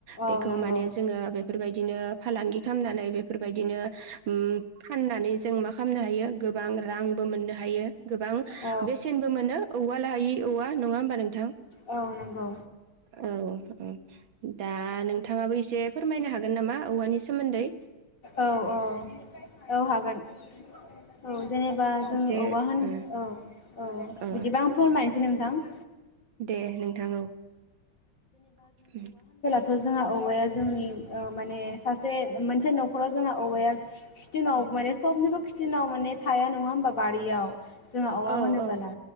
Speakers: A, on the right; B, on the left.
A: बेखौ
B: औ नंगौ
A: माने जोंङो बेफोरबायदिनो फालांगि खालामनानै बेफोरबायदिनो ओम फाननानै जों मा खालामनो हायो गोबां रांबो मोननो हायो गोबां
B: औ
A: बेसेनबो मोनो औवा लायै औवा नंङा होमबा नोंथां?
B: औ नोंगौ।
A: औ औ दा नोंथांङाबो एसे फोरमायनो हागोन नामा औवानि सोमोन्दै?
B: औ औ औ हागोन औ जेनेबा जोंङो
A: एसे
B: औवा होन
A: ओ
B: औ औ
A: ओ
B: बिदिबा आं फोरमायनो सै नोंथां।
A: दे नोंथां औ <unintelligible>
B: थ' जोंहा औवाया जोंनि ओ माने सासे मोनसे न' खराव जोंहा औवाया खिथिनाव माने सबनिबो खिथिनाव माने थाया नंङा होमबा बारियाव? जोंङो औवा
A: औ
B: होनोबोला
A: औ